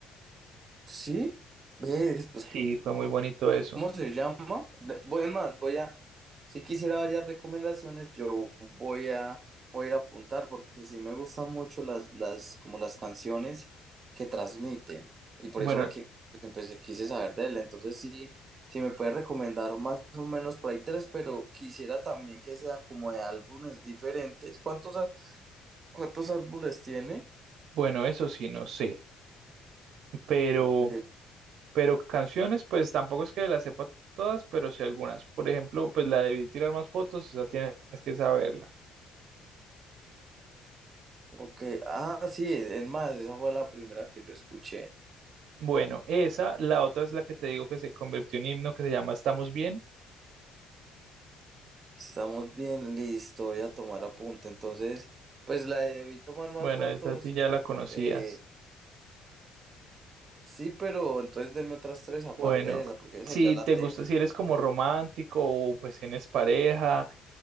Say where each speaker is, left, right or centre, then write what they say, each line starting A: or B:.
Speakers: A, on the right; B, on the right.
A: Sí, ¿Ves? Pues,
B: Sí, fue muy bonito eso.
A: ¿Cómo se llama? De- Voy es más, voy a, si quisiera varias recomendaciones, yo voy a, voy a ir a apuntar porque sí me gustan mucho las, las, como las canciones que transmiten. Y por
B: Bueno,
A: eso fue que pues, empecé, quise saber de él. Entonces sí, sí me puede recomendar más o menos por ahí tres, pero quisiera también que sean como de álbumes diferentes. ¿Cuántos, á- cuántos álbumes tiene?
B: bueno, eso sí, no sé, pero,
A: Ok,
B: pero canciones, pues tampoco es que las sepa todas, pero sí algunas. Por ejemplo, pues la de tirar más fotos, esa tienes que saberla.
A: ok. Ah, sí, es más, esa fue la primera que yo escuché.
B: Bueno, esa, la otra es la que te digo que se convirtió en himno, que se llama Estamos Bien.
A: Estamos bien, listo, voy a tomar apunte. Entonces, pues la de debí tomar más
B: Bueno,
A: fotos.
B: esa sí ya la conocías.
A: eh, sí, pero entonces deme otras tres aparte
B: Bueno,
A: de esa, porque esa
B: si
A: ya la
B: te
A: tengo.
B: gusta, si eres como romántico o pues tienes pareja,